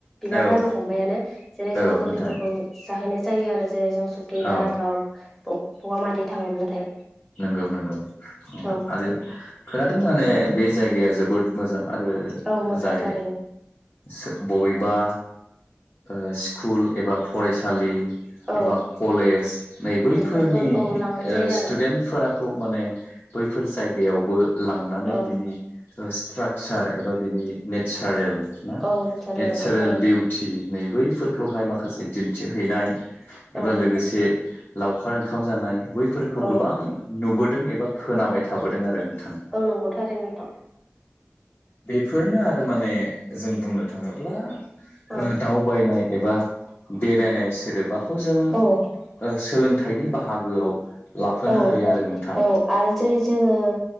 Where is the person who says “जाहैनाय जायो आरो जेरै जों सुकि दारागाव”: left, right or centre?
Centre